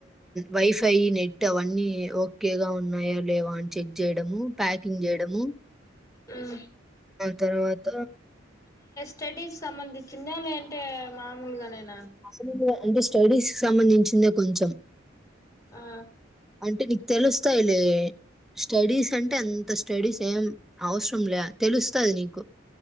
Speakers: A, in the centre; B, on the left.
A: వై ఫై నెట్ అవన్నీ ఓకేగా ఉన్నాయ లేవా అని చెక్ చేయడము ప్యాకింగ్ చేయడము
B: ఉం
A: ఆ తర్వాత
B: స్టడీస్ సంబంధించింది అలాంటే మామూలుగా నేన
A: అసలు అంటే స్టడీస్ కి సంబంధించిందే కొంచెం
B: ఆ
A: అంటే నీకు తెలుస్తాయిలే స్టడీస్ అంటే అంత స్టడీస్ ఏం అవసరం లే తెలుస్తుంది నీకు